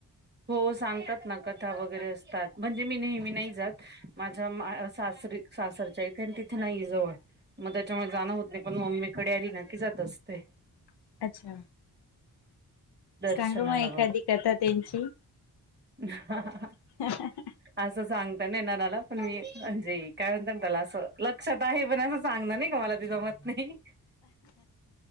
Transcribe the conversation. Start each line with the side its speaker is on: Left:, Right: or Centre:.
Right: हो सांगतात ना कथा वगैरे असतात म्हणजे मी नेहमी नाही जात. माझा मा सासरी सासरच्या इथ तिथे नाहीये जवळ. मग त्याच्यामुळे जाणं होत नाही पण मम्मीकडे आली ना की जात असते.
Left: अच्छा
Right: दर्शनाला
Left: सांग मग एखादी कथा त्यांची.
Right: ह <unintelligible>
Left: ह <unintelligible>
Right: असं नाही सांगता येणार मला पण मी म्हणजे काय म्हणतात त्याला अस लक्षात आहे पण सगळं ते मला नाही सांगता जमत <unintelligible> नाही